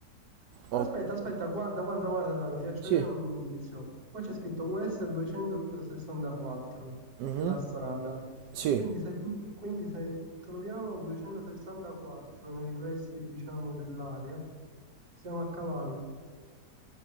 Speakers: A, on the right; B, on the right.
A: oh,
B: Aspetta, aspetta, guarda, guarda, guarda, guarda, ti faccio
A: Sì.
B: vedere un indizio. Qua c'è scritto US 264
A: Mhm.
B: della strada.
A: Sì.
B: Quindi se, quindi se troviamo 264 nei pressi, diciamo, dell'area, siamo a cavallo.